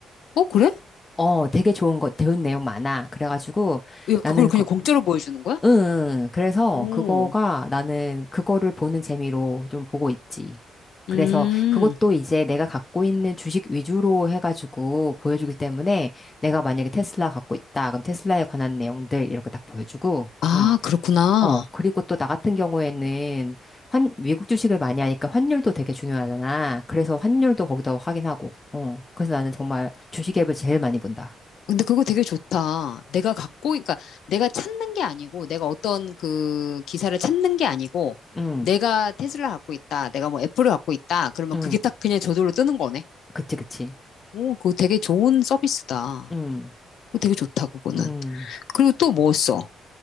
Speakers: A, on the left; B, on the left.
A: 어, 그래?
B: 어, 되게 좋은 거, 배운 내용 많아. 그래가지고
A: 야, 야, 그걸
B: 나는, 거,
A: 그냥 공짜로 보여주는 거야?
B: 응, 응. 그래서
A: 오,
B: 그거가 나는 그거를 보는 재미로 좀 보고 있지.
A: 음,
B: 그래서 그것도 이제 내가 갖고 있는 주식 위주로 해가지고 보여주기 때문에 내가 만약에 테슬라 갖고 있다. 그럼 테슬라에 관한 내용들 이렇게 딱 보여주고,
A: 아,
B: 응.
A: 그렇구나.
B: 어, 그리고 또 나 같은 경우에는 환, 외국 주식을 많이 하니까 환율도 되게 중요하잖아. 그래서 환율도 거기다 확인하고, 어. 그래서 나는 정말 주식 앱을 제일 많이 본다.
A: 근데 그거 되게 좋다. 내가 갖고, 그러니까 내가 찾는 게 아니고, 내가 어떤 그 기사를 찾는 게 아니고,
B: 응.
A: 내가 테슬라 갖고 있다. 내가 뭐 애플을 갖고 있다. 그러면
B: 응,
A: 그게 딱 그냥 저절로 뜨는 거네.
B: 그치, 그치.
A: 오, 그거 되게 좋은 서비스다.
B: 응,
A: 그거 되게 좋다, 그거는.
B: 응.
A: 그리고 또 뭐 써?